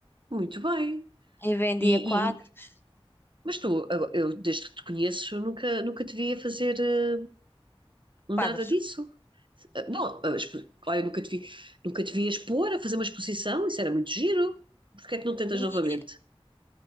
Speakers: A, on the right; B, on the left.
A: Muito bem.
B: e vendia
A: E,
B: quadros,
A: e- mas tu, eu, eu, desde que te conheço, nunca, nunca te vi a fazer eh, Nada
B: quadros.
A: disso. Ah, Bom, ah, expo- claro, eu nunca te vi, nunca te vi expor, a fazer uma exposição, isso era muito giro. Porquê é que não tentas
B: E
A: novamente?